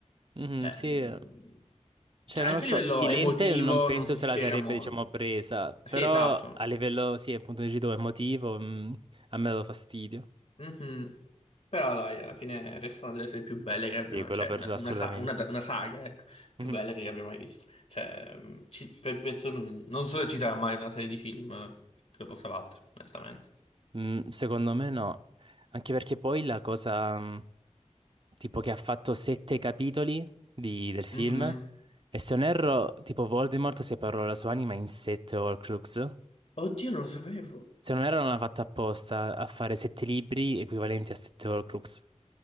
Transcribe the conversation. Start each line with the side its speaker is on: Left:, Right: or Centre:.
Right: Mhm,
Left: Cioè,
Right: sì.
Left: mh,
Right: Cioè,
Left: cioè,
Right: non
Left: anche
Right: lo so,
Left: a livello
Right: Silente
Left: emotivo
Right: non penso
Left: non si
Right: se
Left: spiega
Right: la sarebbe,
Left: molto.
Right: diciamo, presa,
Left: Sì,
Right: però
Left: esatto.
Right: a livello, sì, appunto, dici tu, emotivo, mh, a me ha dato fastidio.
Left: Mhm. Però dai, alla fine resta una delle serie più belle che abbiamo,
Right: Sì, quello
Left: cioè
Right: per
Left: una,
Right: assolutamente.
Left: una sa- una- una saga, ecco, più
Right: Mhm.
Left: bella che abbia mai visto. Cioè, mh, ci- pe- penso, non non so se ci sarà mai una serie di film che lo possa battere, onestamente.
Right: Mm, secondo me no, anche perché poi la cosa, mh, tipo, che ha fatto sette capitoli di- del film,
Left: Mhm.
Right: e se non erro, tipo, Voldemort separò la sua anima in sette Horcrux.
Left: Oddio, non lo sapevo.
Right: Se non erro, non l'ha fatta apposta a fare sette libri equivalenti a sette Horcrux.